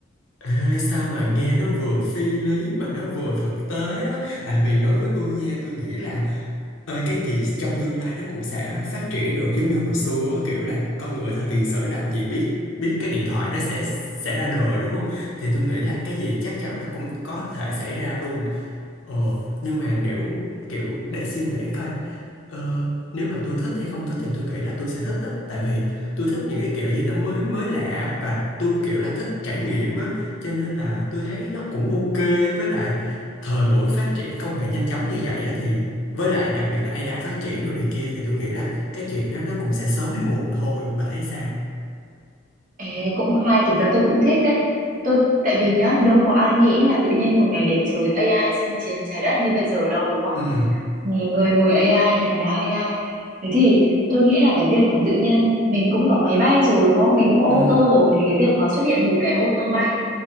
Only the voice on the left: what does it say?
Ê, sao mà nghe nó vừa phi lý mà nó vừa thực tế á tại vì đối với tôi nha tôi nghĩ là ơi cái gì trong tương lai nó cũng sẽ phát triển được giống như hồi xưa á, kiểu là con người thời tiền sử làm gì biết biết cái điện thoại nó sẽ sẽ ra đời đúng không thì tôi nghĩ là cái gì chắc chắn là cũng có thể xảy ra luôn Ờ, nhưng mà nếu kiểu để suy nghĩ coi ờ, nếu mà tôi thích hay không thích thì tôi nghĩ là tôi sẽ thích á tại vì tôi thích những cái kiểu gì nó mới mới lạ và tôi kiểu là thích trải nghiệm á cho nên là tôi thấy nó cũng ok với lại thời buổi phát triển công nghệ nhanh chóng như vậy á thì với lại đặc biệt là AI phát triển đồ này kia thì tôi nghĩ là cái chuyện đó nó cũng sẽ sớm hay muộn thôi bà thấy sao
ừ
ừ